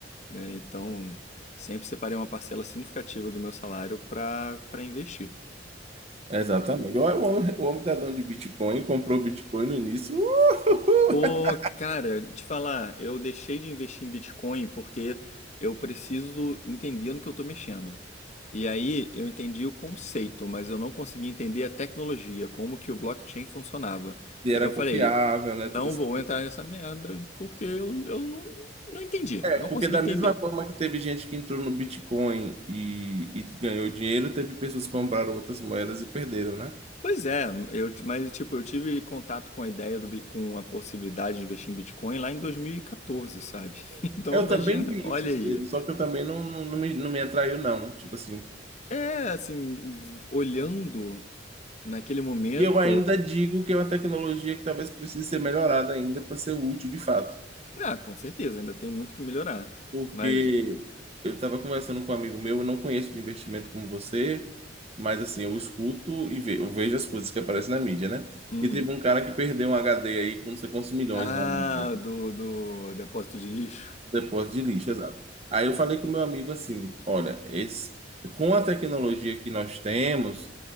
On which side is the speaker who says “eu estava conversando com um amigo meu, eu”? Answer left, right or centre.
Right